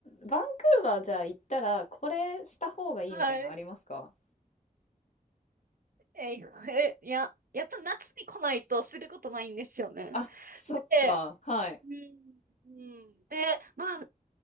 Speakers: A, on the left (about 55°); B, on the right (about 75°).
A: バンクーバーじゃあ行ったら、これした方がいいみたいなのありますか
B: はい。え、え、いや、やっぱ夏に来ないとすることないんですよね。
A: あ、そっか、
B: で、
A: はい。
B: うん。うんで、まあ、